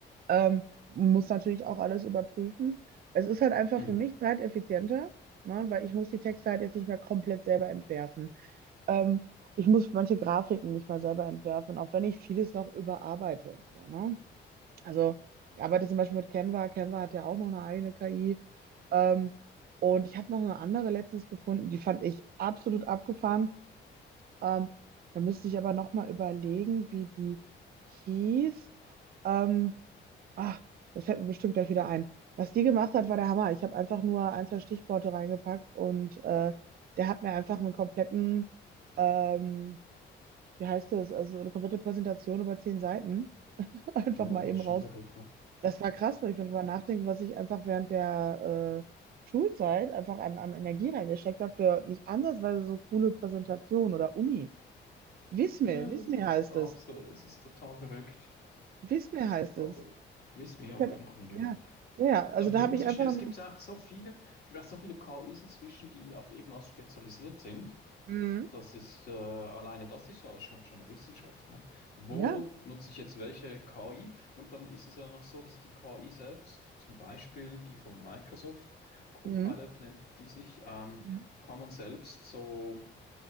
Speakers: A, on the right; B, on the left.
A: Ähm, muss natürlich auch alles überprüfen. Es ist halt einfach
B: Mhm.
A: für mich zeiteffizienter, ne? Weil ich muss die Texte halt jetzt nicht mehr komplett selber entwerfen. Ähm, ich muss manche Grafiken nicht mal selber entwerfen, auch wenn ich vieles noch überarbeite und so, ne? Also ich arbeite zum Beispiel mit Canva. Canva hat ja auch noch eine eigene KI. Ähm, und ich habe noch eine andere letztens gefunden, die fand ich absolut abgefahren. Ähm, da müsste ich aber nochmal überlegen, wie die hieß. Ähm, ah, das fällt mir bestimmt gleich wieder ein. Was die gemacht hat, war der Hammer. Ich habe einfach nur ein, zwei Stichworte reingepackt und äh, der hat mir einfach einen kompletten, ähm, wie heißt das, also eine komplette Präsentation über zehn Seiten <laughs> einfach
B: Boah,
A: mal eben
B: ist schon
A: raus.
B: verrückt, ne?
A: Das war krass, wenn ich darüber nachdenke, was ich einfach während der äh, Schulzeit einfach an, an Energie reingesteckt habe für nicht ansatzweise so coole Präsentationen oder Uni. Wismir,
B: Ja,
A: Wismir
B: das ist
A: heißt
B: absolut,
A: es.
B: es ist total verrückt.
A: Wismir
B: Es
A: heißt
B: ist total
A: es.
B: verrückt. Wiss mir,
A: Ich
B: okay,
A: hab,
B: noch nie gehört.
A: ja, ja, also
B: Aber es
A: da
B: gibt
A: habe
B: inzwischen,
A: ich einfach
B: es
A: nur.
B: gibt auch so viele, es gibt auch so viele KIs inzwischen, die auf irgendwas spezialisiert sind.
A: Mhm.
B: Das ist, äh, alleine das ist ja schon, schon eine Wissenschaft, ne? Wo
A: Ja.
B: nutze ich jetzt welche KI? Und dann ist es ja noch so, dass die KI selbst, zum Beispiel die von Microsoft, Copilot
A: Mhm.
B: nennt die sich, ähm,
A: Mhm.
B: kann man selbst so